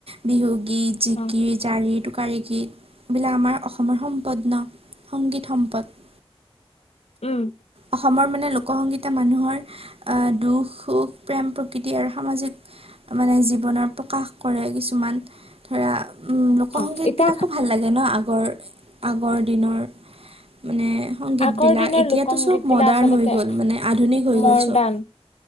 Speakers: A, on the right; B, on the left.
A: বিহুগীত জিকি
B: অ
A: টোৰি টোকী গীত এইবিলাক আমাৰ অসমৰ সম্পদ ন সংগীত সম্পদ <inaudible>
B: উম
A: অসমৰ মানে লোকসংগীতা মানুহৰ আহ, দুখ সুখ প্ৰেম প্ৰকৃতি আৰু সামাজিক মানে জীৱনৰ প্ৰকাশ কৰে কিছুমান ধৰা লোকসংগীতবিলাকো
B: অ এতিয়া
A: ভাল লাগে ন আগৰ - আগৰ দিনৰ। মানে সংগীতবিলাক
B: আগৰ দিনৰ
A: এতিয়াতো
B: লোক সংগীত
A: চব
B: এগিলা
A: মডাৰ্ণ
B: আচলতে
A: হৈ গ'ল মানে আধুনিক হৈ
B: মডাৰ্ণ।
A: গ'ল চব